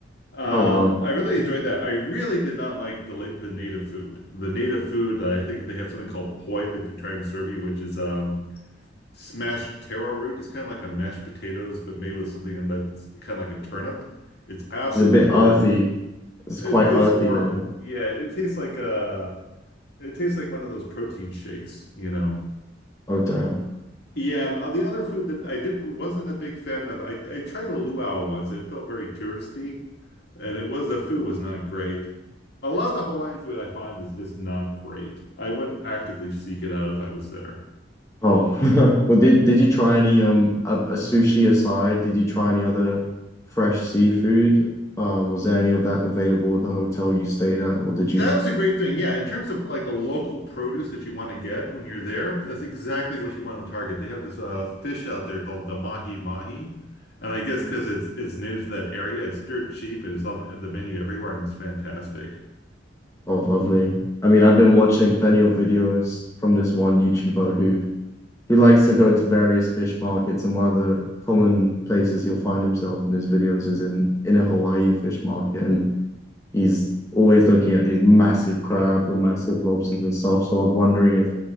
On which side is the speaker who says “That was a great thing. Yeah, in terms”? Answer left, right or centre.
Left